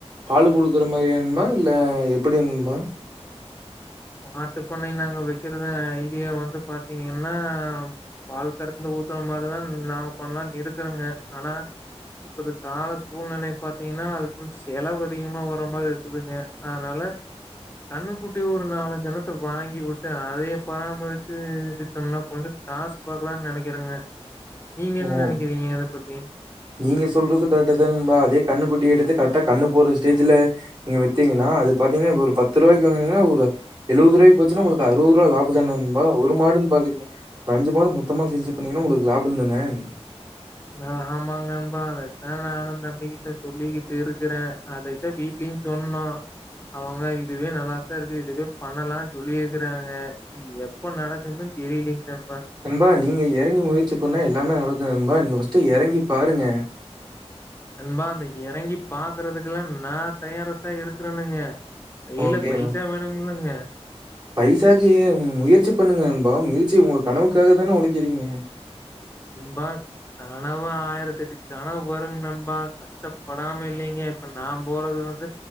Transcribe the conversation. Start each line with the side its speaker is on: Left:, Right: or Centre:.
Right: பாலு குடுக்குற மாரியா நண்பா இல்ல எப்டி நண்பா
Left: மாட்டுப்பண்ணை நாங்க வைக்கிறது ஐடியா வந்து பாத்தீங்கன்னா பால் கறந்து ஊத்துற மாரிதான் நாங்க பண்ணலாம் இருக்றேங்க ஆனா இப்பது கால சூழ்நிலை பாத்தீங்கன்னா அதுக்கு செலவு அதிகமா வர மாரி இருக்குதுங்க அதனால கண்ணுக்குட்டி ஒ ன்னு நாலஞ்சு எண்ணத்த வாங்கி விட்டு அதய பராமரிச்சு வித்தோம்னா கொஞ்சம் காசு பாக்கலாம்னு நெனைக்கிறேங்க நீங்க என்ன
Right: ஓ
Left: நெனைக்கிறீங்க அத பத்தி
Right: நீங்க சொல்றது கரெக்ட் தான் நண்பா அதே கண்ணுக்குட்டி எடுத்து கரெக்டா கண்ணு போடுற ஸ்டேஜ்ல நீங்க வித்தீங்கன்னா அது பாத்தீங்கன்னா ஒரு பத்து ரூபாய்கு வாங்குனிங்கனா ஒரு எழுபது ரூபாக்கு போச்சனா உங்களுக்கு அறுபது ரூபா லாபம் தான நண்பா ஒரு மாடுன்னு பாக்குறீங்க ஒரு அஞ்சு மாடு மொத்தமா சேல்ஸ் பண்ணீங்கனா உங்களுக்கு லாபம் தான உம்
Left: ஆ ஆமாங்க நண்பா அதைத்தான் நானும் தம்பிக்கிட்ட சொல்லிக்கிட்டு இருக்கிறேன் அதைத்தன் வீடலயும் சொன்னோம் அவுங்க இதுவே நல்லாத்தான் இருக்கு இதுவே பண்ணலாம் சொல்லிருக்கறாங்க இது எப்போ நடக்குன்னு தெரிலீங்க நண்
Right: நண்பா நீங்க எறங்கி முயற்சி பண்ணா எல்லாமே நடக்கு நண்பா நீங்க ஃபஸ் ஸ்ட் எறங்கி பாருங்க
Left: நண்பா அந்த எறங்கி பாக்குறதுக்கெல்லாம் நா தயாரத்தா இருக்கறேனுங்க கைல
Right: ஓகே
Left: பைசா வேணும்கலாங்க
Right: பைசாக்கு முயற்சி பண்ணுங்கண்பா முயற்சி உங்க கனவுக்காக தான ஒழைக்கிறீங்க
Left: நண்பா கனவு ஆயிரத்து எட்டு கனவு வரும் நண் ரொம்ப கஷ்டப்படாம இல்லைங்க இப்ப நான் போறது வந்து